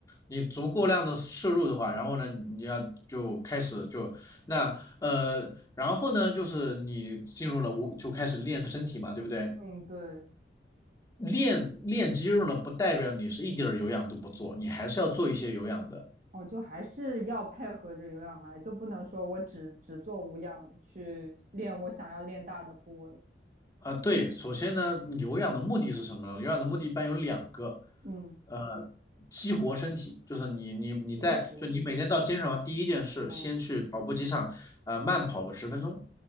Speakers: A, on the left (about 20°); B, on the right (about 45°).
A: 你足够量的摄入的话，然后呢，你要就开始就那呃，然后呢，就是你进入了无就开始练身体嘛，对不对？
B: 嗯，对，
A: 练练肌肉呢，不代表你是一点儿有氧都不做，你还是要做一些有氧的。
B: 哦，就还是要配合着有氧来，就不能说我只只做无氧去练我想要练大的部位，
A: 啊，对，首先呢，有氧的目的是什么呢？有氧的目的一般有两个，
B: 嗯，
A: 呃，激活身体，就是你你你在就你每天到健身房第一件事，
B: 激活，哦，
A: 先去跑步机上啊、慢跑个十分钟，